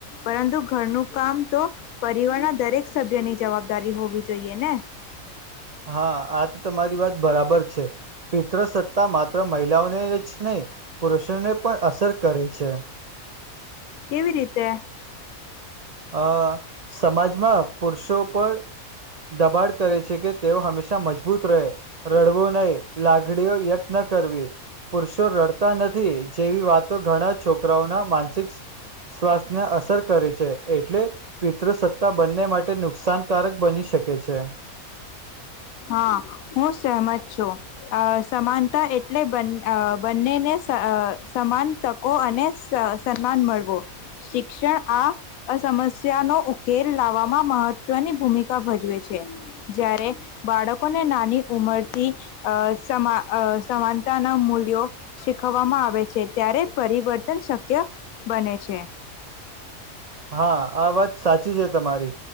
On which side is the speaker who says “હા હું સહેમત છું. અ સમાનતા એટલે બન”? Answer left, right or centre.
Left